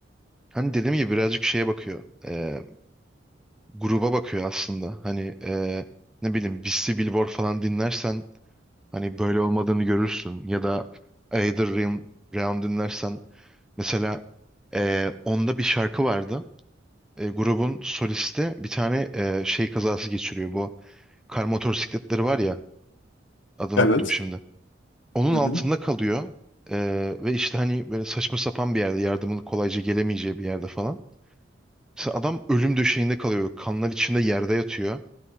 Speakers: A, in the centre; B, on the left.
A: Hani dediğim gibi birazcık şeye bakıyor. E, gruba bakıyor aslında. Hani e, ne bileyim Beastie Billboard falan dinlersen hani böyle olmadığını görürsün. Ya da Either Realm Round dinlersen Mesela e, onda bir şarkı vardı. E, grubun solisti bir tane e, şey kazası geçiriyor. Bu kar motosikletleri var ya adını
B: Evet.
A: unuttum şimdi. Onun
B: Hı
A: altında
B: hı.
A: kalıyor. E, ve işte hani böyle saçma sapan bir yerde yardımın kolayca gelemeyeceği bir yerde falan. Mesela adam ölüm döşeğinde kalıyor. Kanlar içinde yerde yatıyor.